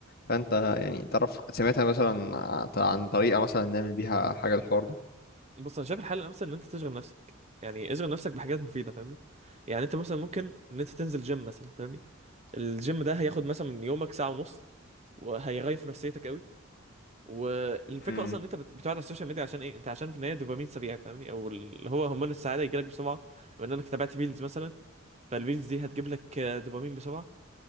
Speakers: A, on the left (about 45°); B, on the right (about 30°).
A: فانت يعني تعرف سمعتها مثلا عن طريقة مثلا نعمل بيها حاجة الحوار ده
B: بص انا شايف الحل الامثل ان انت تشغل نفسك يعني اشغل نفسك بحاجات مفيده فاهمني يعني انت مثلا ممكن ان انت تنزل جيم مثلا فاهمني الجيم ده هياخد مثلا من يومك ساعه ونص وهيغير في نفسيتك قوي، والفكره
A: امم
B: اصلا ان انت بت- بتقعد على السوشيال ميديا عشان ايه انت عشان في النهايه دوبامين سريع فاهمني او اللي هو هرمون السعاده يجيلك بسرعه من انك تابعت ريلز مثلا فالريلز دي هتجيب لك آه، دوبامين بسرعه